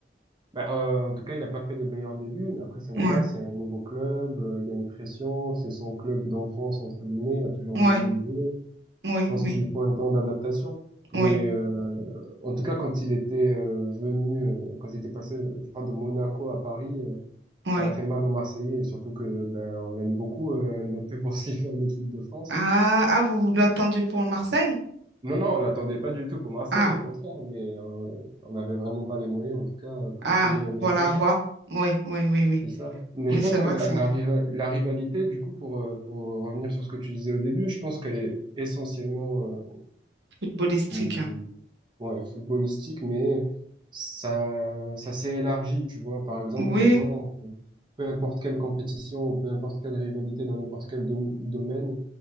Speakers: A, on the right; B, on the right.
A: bah, euh, en tout cas, il n'a pas fait les meilleurs débuts, mais après c'est normal,
B: Ouais,
A: c'est un nouveau club, euh, il y a une pression, c'est son club d'enfance, entre guillemets, il a toujours
B: ouais,
A: voulu y jouer. Je
B: oui,
A: pense
B: oui,
A: qu'il lui faut un temps d'adaptation. Mais
B: oui,
A: euh, en tout cas, quand il était euh, venu, euh, quand il était passé, euh, je crois, de Monaco à Paris, euh,
B: oui.
A: ça a fait mal aux Marseillais, et surtout que ben, on l'aime beaucoup, euh, Mbappé, pour ce qu'il fait en équipe de France.
B: Ah, ah, vous vous l'attendiez pour Marseille?
A: Non, non, on l'attendait pas du tout pour Marseille,
B: Ah,
A: au contraire, mais euh, on n'avait vraiment pas les moyens, en tout cas, pour
B: ah,
A: payer un joueur
B: pour la
A: comme ça.
B: voix. Oui, oui, oui, oui.
A: C'est ça. Mais
B: Oui,
A: je pense
B: c'est vrai
A: que la,
B: que c'est
A: la,
B: un
A: riva- la rivalité, du coup, pour, euh, pour revenir sur ce que tu disais au début, je pense qu'elle est essentiellement euh,
B: footballistique.
A: ou-
B: hein.
A: ouais, footballistique, mais ça, ça s'est élargi, tu vois. Par exemple,
B: Oui,
A: maintenant, euh, peu importe quelle compétition ou peu importe quelle rivalité dans n'importe quel dom- domaine,